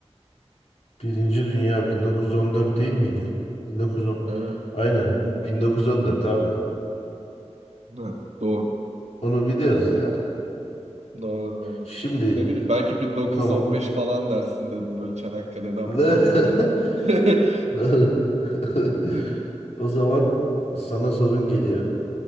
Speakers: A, on the left; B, on the right.
A: Birinci Dünya 1914 değil miydi? 1910.
B: Evet.
A: Aynen. 1914 abi.
B: Hı, doğru.
A: Onu biliyoruz ya.
B: Doğru doğru.
A: Şimdi
B: Ne bileyim belki 1915
A: o zaman
B: falan dersin dedim böyle Çanakkale'den
A: <laughs>
B: falan dolayı. <laughs>
A: Doğru.
B: Hı,
A: <laughs> o zaman sana sorun geliyor.